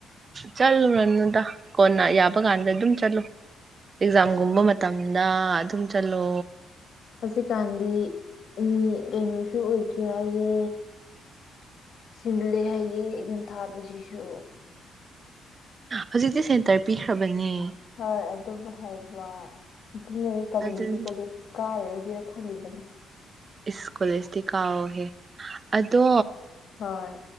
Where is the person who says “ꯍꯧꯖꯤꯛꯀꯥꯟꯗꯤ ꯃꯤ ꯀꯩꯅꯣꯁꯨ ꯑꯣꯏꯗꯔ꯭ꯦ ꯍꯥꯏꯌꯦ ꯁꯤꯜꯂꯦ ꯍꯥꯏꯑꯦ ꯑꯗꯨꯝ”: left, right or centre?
Left